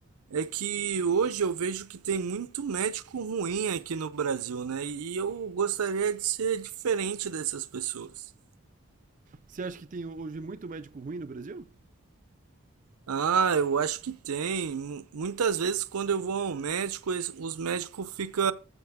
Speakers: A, on the right (about 85°); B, on the right (about 35°).
A: É que hoje eu vejo que tem muito médico ruim aqui no Brasil, né? E eu gostaria de ser diferente dessas pessoas.
B: Você acha que tem hoje muito médico ruim no Brasil?
A: Ah, eu acho que tem. Mu- Muitas vezes quando eu vou ao médico, es- os médicos ficam.